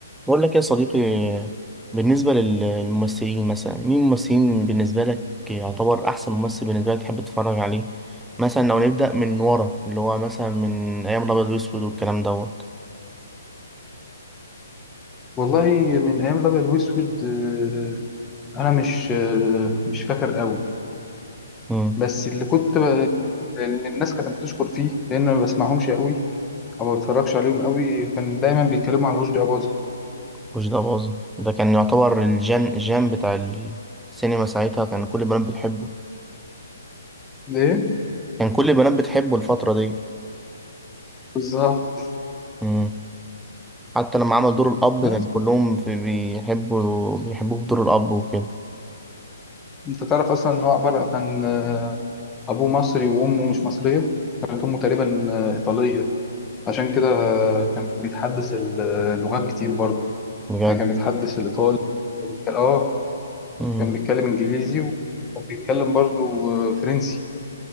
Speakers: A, in the centre; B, on the left.
A: بقول لك يا صديقي بالنسبة لل- للممثلين مثلا مين الممثلين بالنسبة لك يعتبر أحسن ممثل بالنسبة لك تحب تتفرج عليه مثلا لو نبدأ من ورا اللي هو مثلا من أيام الأبيض وأسود والكلام دوت
B: والله من ايام الابيض واسود آه، انا مش آه، مش فاكر قوي
A: مم.
B: بس اللي كنت ب... إن الناس كانت بتشكر فيه لان ما بسمعهمش قوي او ما بتفرجش عليهم قوي كان دايما بيتكلموا عن رشدي اباظه
A: وش ده باظة ده كان يعتبر الجان الجان بتاع السينما ساعتها كان كل البنات بتحبه
B: ليه
A: كان كل البنات بتحبه الفترة ديت
B: بالظبط
A: مم. حتى لما عمل دور الأب
B: بس
A: كان كلهم في بيحبوا بيحبوه في دور الأب وكده
B: انت تعرف اصلا ان هو عباره كان آه، ابوه مصري وامه مش مصريه كانت امه تقريبا آه، ايطاليه عشان كده آه، كان بيتحدث اللغات كتير برضه
A: بجد
B: يعني كان بيتحدث الايطالي اه
A: مم.
B: كان بيتكلم انجليزي وكان بيتكلم برضو آه، فرنسي